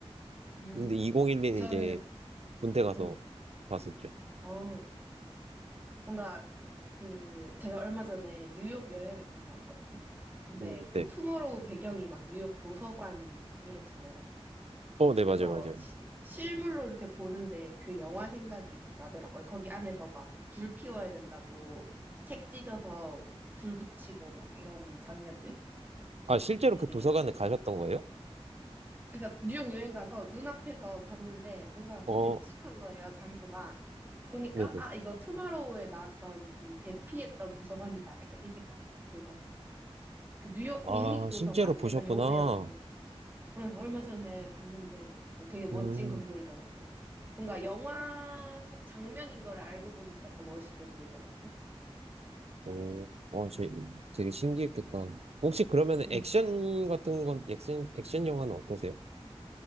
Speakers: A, on the right; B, on the right.
A: 같아요. 음,
B: 근데 2012는
A: 저는,
B: 이제 군대 가서
A: 음,
B: 봤었죠.
A: 어. 뭔가 그 제가 얼마 전에 뉴욕 여행을 다녀왔거든요. 근데
B: 음,
A: 그
B: 네.
A: 투머로우 배경이 막 뉴욕 도서관 이렇잖아요.
B: 어, 네,
A: 그래서
B: 맞아요, 맞아요.
A: 시- 실물로 이렇게 보는데 그 영화 생각이 막 나더라고요. 거기 안에서 막 불 피워야 된다고 책 찢어서 불 붙이고 막 이런 장면들
B: 아, 실제로
A: 되게
B: 그 도서관에 가셨던 거예요?
A: 그러니까 뉴욕 여행 가서 눈앞에서 봤는데 뭔가 뭔가
B: 어,
A: 익숙한 거예요, 장소가. 보니까
B: 네네.
A: 아 이거 투마로우에 나왔던 그 대피했던 도서관이다. 약간 이 생각이 딱 들더라고요. 그 뉴욕 국립도서관?
B: 아, 실제로 보셨구나.
A: 약간 요 배경이었던 거. 응, 얼마 전에 봤는데 뭐 되게 멋진
B: 음,
A: 건물이더라고요. 뭔가 영화 속 장면인 걸 알고 보니까 더 멋있게 보이더라고요.
B: 어, 어, 제, 되게 신기했겠다. 혹시 그러면
A: 음.
B: 액션 같은 건, 액션, 액션 영화는 어떠세요?